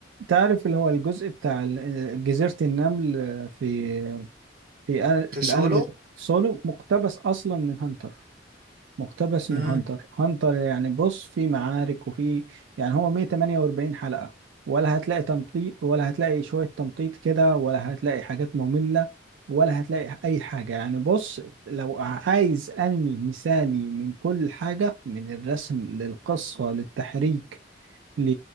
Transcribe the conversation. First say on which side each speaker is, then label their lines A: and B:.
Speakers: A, on the right; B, on the right.
A: تعرف اللي هو الجزء بتاع ال- جزيرة النمل في في أن-
B: في
A: في
B: سولو
A: الانمي سولو مقتبس اصلا من هانتر مقتبس
B: امم
A: من هانتر هانتر يعني بص في معارك وفي يعني هو 148 حلقة ولا هتلاقي تمطيط ولا هتلاقي شوية تمطيط كده ولا هتلاقي حاجات مملة ولا هتلاقي أي حاجة يعني بص لو عايز أنمي مثالي من كل حاجة من الرسم للقصة للتحريك ل...